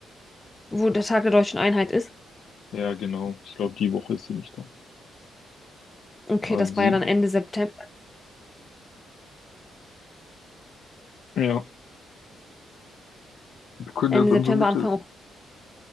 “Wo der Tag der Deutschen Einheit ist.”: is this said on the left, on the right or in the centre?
Left